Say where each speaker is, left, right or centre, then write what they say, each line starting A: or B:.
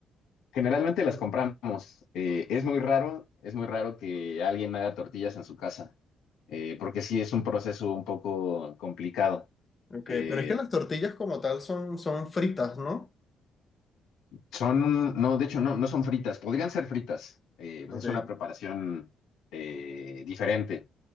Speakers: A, on the left; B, on the left.
A: Generalmente las compramos. Eh, es muy raro, es muy raro que alguien haga tortillas en su casa, eh, porque sí es un proceso un poco complicado.
B: Ok,
A: Eh,
B: pero es que las tortillas como tal son, son fritas, ¿no?
A: son, no, de hecho, no, no son fritas, podrían ser fritas, eh, pues
B: Ok,
A: es una preparación eh, diferente,